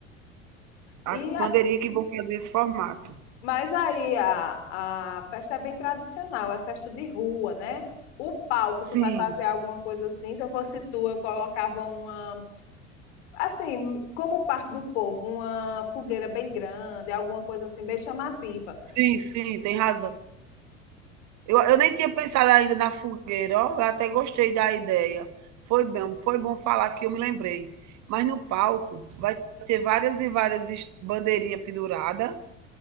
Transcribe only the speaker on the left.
E
Mas aí a, a festa é bem tradicional, é festa de rua, né? O palco,
tu vai fazer alguma coisa assim. Se eu fosse tu, eu colocava uma, assim, como o Parque do Povo, uma fogueira bem grande, alguma coisa assim, bem chamativa.